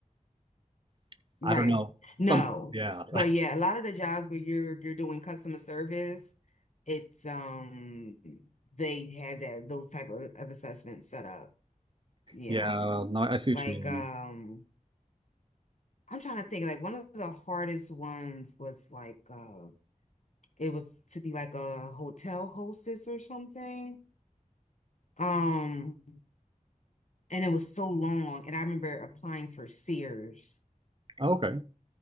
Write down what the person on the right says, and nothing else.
<laughs>
I don't know. Some
yeah.
Yeah, no, I see
what you mean.
Oh, okay.